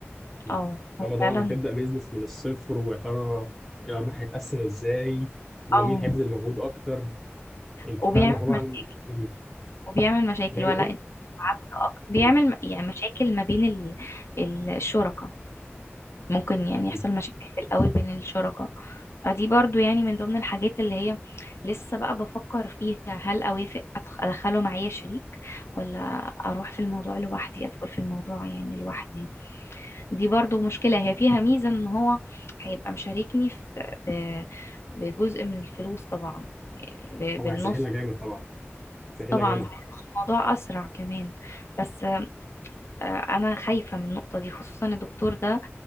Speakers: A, in the centre; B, on the left.
A: مم.
B: اه
A: ده
B: هو
A: موضوع
B: فعلا
A: انك هتبدا بيزنس من الصفر ويا ترى الارباح هتتقسم ازاي ومين
B: اه
A: هيبذل مجهود اكتر انت
B: وبيعمل
A: فاهمه طبعا
B: مشاكل
A: مم.
B: وبيعمل مشاكل
A: بيعمل
B: ولا
A: ايه
B: انت عبد أك- بيعمل
A: اكيد
B: م- يعني مشاكل ما بين ال- ال- الشركاء ممكن يعني
A: اكيد
B: يحصل مشاكل في الأول بين الشركاء فدي برضو يعني من ضمن الحاجات اللي هي لسه بقى بفكر فيها هل أوافق أدخ- أدخله معايا شريك ولا أروح في الموضوع لوحدي أدخل في الموضوع يعني لوحدي دي برضو مشكلة هي فيها ميزة إن هو هيبقى مشاركني في ب- بجزء من الفلوس طبعا يعني ب-
A: هو
B: بالنص
A: هيسهلها جامد طبعا سهلها
B: طبعا
A: جامد
B: هيبقى الموضوع أسرع كمان بس آه، أنا خايفة من النقطة دي خصوصا الدكتور ده